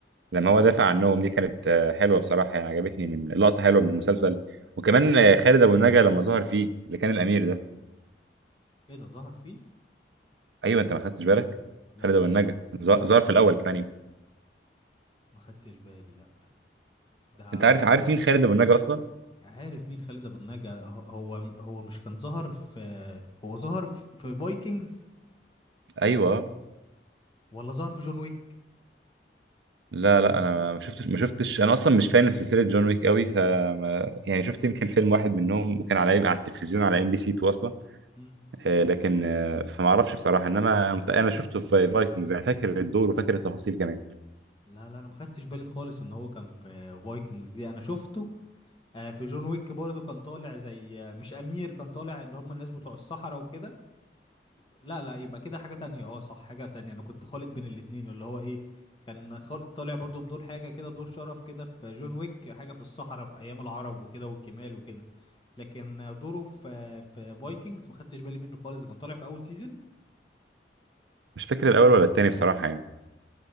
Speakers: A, on the right; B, on the left.
A: لما هو دافع عنهم دي كانت آه، حلوه بصراحه يعني عجبتني من لقطه حلوه من المسلسل وكمان آه، خالد ابو النجا لما ظهر فيه اللي كان الامير ده
B: ايه ده ظهر فيه
A: ايوه انت ما خدتش بالك
B: لا
A: خالد
B: ما
A: ابو
B: خدت
A: النجا
B: ما خدت
A: ظ- ظهر في الاول كمان يعني.
B: ما خدتش بالي لا ده
A: انت عارف عارف مين خالد ابو النجا اصلا
B: عارف مين خالد ابو النجا هو هو هو مش كان ظهر في هو ظهر في, في فايكنجز
A: ايوه
B: ولا ظهر في جون ويك
A: لا لا انا ما شفتش ما شفتش انا اصلا مش فان سلسله جون ويك قوي فما يعني شفت يمكن فيلم واحد منهم وكان على على التلفزيون على ام بي سي 2 اصلا
B: مم.
A: آه، لكن آه، فما اعرفش بصراحه انما مت- انا شفته في فايكنجز انا فاكر الدور وفاكر التفاصيل كمان
B: لا لا انا ما خدتش بالي خالص ان هو كان في فايكنجز دي انا شفته آه، في جون ويك برضه كان طالع زي آه، مش امير كان طالع ان هم الناس بتوع الصحراء وكده لا لا يبقى كده حاجة تانية اه صح حاجة تانية انا كنت خالط بين الاتنين اللي هو ايه كان خال... طالع برضه بدور حاجة كده دور شرف كده في جون ويك حاجة في الصحراء في ايام العرب وكده والجمال وكده لكن دوره في في فايكنجز ما خدتش بالي منه خالص كان طالع في اول سيزون
A: مش فاكر الاول ولا التاني بصراحه يعني